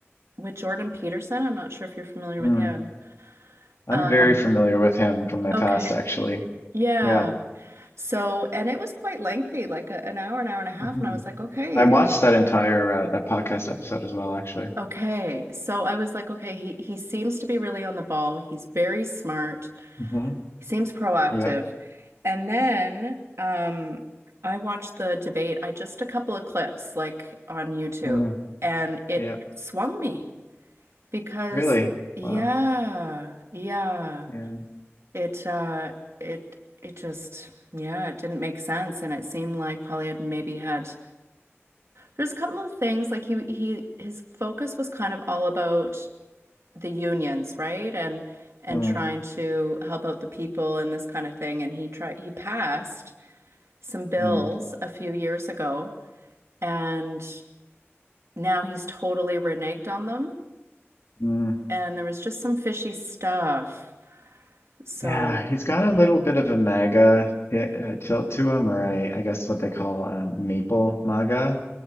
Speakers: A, on the right; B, on the left.
A: with Jordan Peterson. I'm not sure if you're familiar
B: mm.
A: with him.
B: I'm
A: Um,
B: very familiar with him from my
A: okay.
B: past actually.
A: Yeah.
B: Yeah.
A: So, and it was quite lengthy, like a, an hour, an hour and a half.
B: hmm
A: And I was like, okay,
B: I watched that entire uh, that podcast episode as well actually.
A: okay. So I was like, okay, he, he seems to be really on the ball. He's very smart.
B: hmm
A: He seems proactive.
B: Yeah.
A: And then um, I watched the debate. I just a couple of clips like on YouTube,
B: Mm.
A: and it
B: Yeah,
A: swung me because
B: really.
A: yeah,
B: Wow.
A: yeah,
B: Yeah.
A: it uh, it it just yeah, it didn't make sense, and it seemed like Polly had maybe had There's a couple of things like he he his focus was kind of all about the unions, right? And and
B: Mm.
A: trying to help out the people and this kind of thing. And he tried he passed some bills
B: Mm.
A: a few years ago, and now he's totally reneged on them.
B: Mm.
A: And there was just some fishy stuff. So,
B: Yeah, he's got a little bit of a MAGA hit, uh, tilt to him, or a, I guess what they call um, maple MAGA,